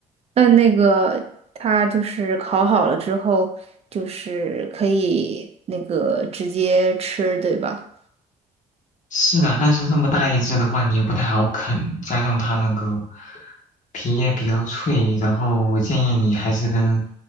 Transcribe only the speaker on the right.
那那个它就是烤好了之后，就是可以那个直接吃，对吧？